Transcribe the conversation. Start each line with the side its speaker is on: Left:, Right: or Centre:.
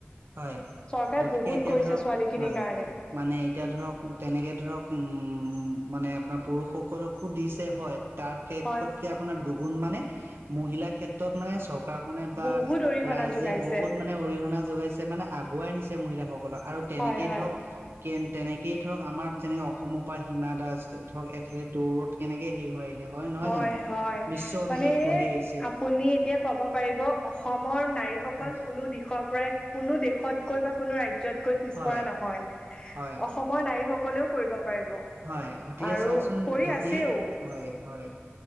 Right: হয়
Left: চৰকাৰে
Right: গতিকে
Left: বহুত
Right: এতিয়া
Left: কৰিছে
Right: ধৰক
Left: ছোৱালীখিনিৰ
Right: হয়
Left: কাৰণে।
Right: মানে এতিয়া ধৰক, তেনেকে ধৰক উম মানে আপোনাৰ পুৰুষসকলকো দিছে হয় তাৰ শেষতকে
Left: হয়
Right: আপোনাৰ দুগুণ মানে মহিলা ক্ষেত্ৰত মানে চৰ গাঁওখনে বা
Left: বহুত অৰিহণা
Right: ৰাইজে
Left: যোগাইছে
Right: বহুত মানে অৰিহণা যোগাইছ তে মানে আগুৱাই নিছে মহিলাসকলক আৰু তেনেকেই
Left: হয় হয়
Right: ধৰক কেন তেনেকেই ধৰক আমাৰ যেনেক অসমৰ পৰা হিমা দাস দ ধৰক এথলেট দৌৰত কেনেকে হেৰি হৈ আহিলে নহয়
Left: হয়
Right: জানো
Left: হয়।
Right: বিশ্ব অভিলেখ
Left: মানে
Right: গঢ়ি আহিছ
Left: আপুনি এতিয়া ক'ব পাৰিব, অসমৰ নাৰীসকল
Right: হয়
Left: কোনো দিশৰ পৰাই কোনো দেশতকৈ বা কোনো ৰাজ্যতকৈ পিছপৰা
Right: হয়
Left: নহয়,
Right: হয়
Left: অসমৰ নাৰী সকলেও কৰিব পাৰিব
Right: হয় গতিকে
Left: আৰু
Right: চাওকচোন
Left: কৰি
Right: যদি
Left: আছেও।
Right: হয়, হয়।